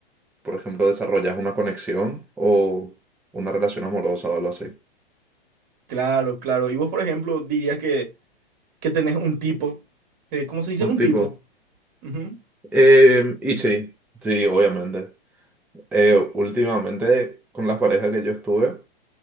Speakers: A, in the centre; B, on the right.
A: por ejemplo, desarrollas una conexión o una relación amorosa o algo así.
B: Claro, claro. ¿Y vos, por ejemplo, dirías que... que tenés un tipo, eh, ¿cómo se dice?
A: Un
B: Un
A: tipo.
B: tipo. ujú,
A: Eh, y sí, sí, obviamente. Eh, últimamente, con las parejas que yo estuve,